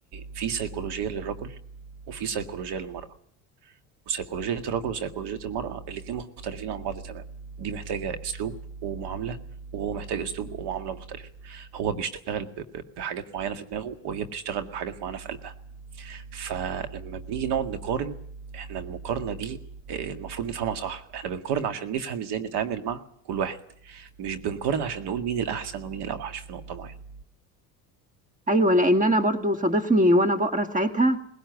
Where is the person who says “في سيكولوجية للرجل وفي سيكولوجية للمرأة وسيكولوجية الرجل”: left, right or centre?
Right